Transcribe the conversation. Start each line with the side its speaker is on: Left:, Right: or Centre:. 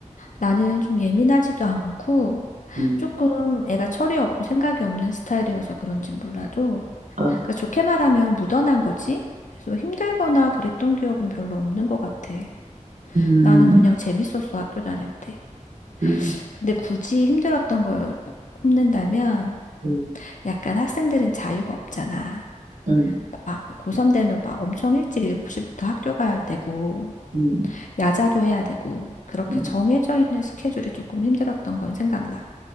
Left: 나는 좀 예민하지도 않고
Right: 음,
Left: 조금 애가 철이 없고 생각이 없는 스타일이어서 그런진 몰라도
Right: 어,
Left: 그러니까 좋게 말하면 묻어난 거지. 그래서 힘들거나 그랬던 기억은 별로 없는 것 같아.
Right: 음,
Left: 나는 그냥 재밌었어, 학교 다닐 때.
Right: 음,
Left: 근데 굳이 힘들었던 걸 꼽는다면
Right: 음,
Left: 약간 학생들은 자유가 없잖아.
Right: 음,
Left: 막 고3 되면 막 엄청 일찍 7시부터 학교 가야 되고,
Right: 음,
Left: 야자도 해야 되고, 그렇게
Right: 음,
Left: 정해져 있는 스케줄이 조금 힘들었던 건 생각나.